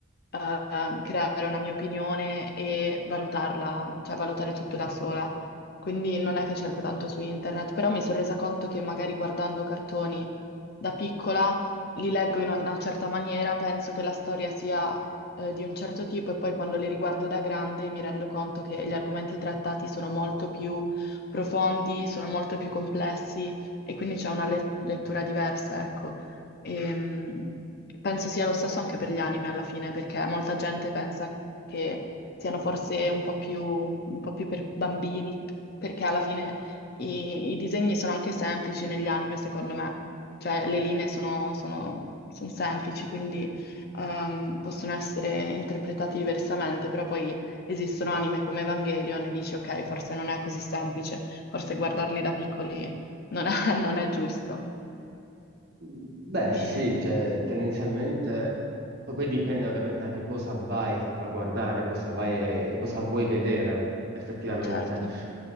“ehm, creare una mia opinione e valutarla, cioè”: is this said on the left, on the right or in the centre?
Left